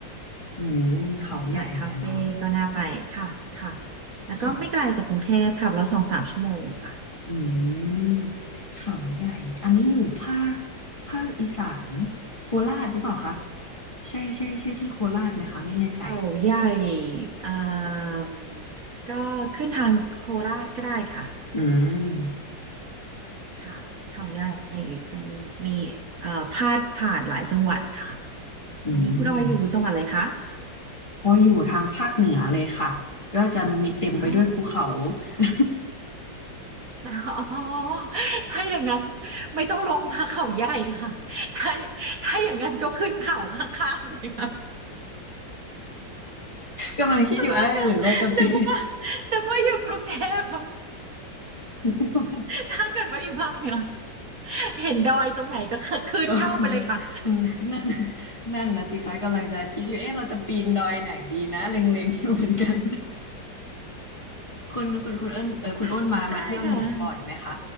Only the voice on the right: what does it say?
สำหรับสายคาเฟ่ก็น่าไปค่ะค่ะแล้วก็ไม่ไกลจากกรุงเทพขับรถสองสามชั่วโมงค่ะ
เขาใหญ่อ่ามก็ขึ้นทางโคราชก็ได้ค่ะ
ค่ะเขาใหญ่มันมีเอ่อพาดผ่านหลายจังหวัดค่ะ
อันนี้คุณออยอยู่จังหวัดอะไรคะ
อ๋อ
อ๋อถ้าอย่างนั้นไม่ต้องลงมาเขาใหญ่ค่ะถ้าถ้าอย่างนั้นก็ขึ้นเขาข้างๆน
ึกนึกว่านึกว่าอยู่กรุงเทพฯ
<laughs> ถ้าเกิดว่าอยู่ภาคเหนือเห็นดอยตรงไหนก็ขึ้นเข้าไปเลยค่ะ
<laughs> ได้ค่ะ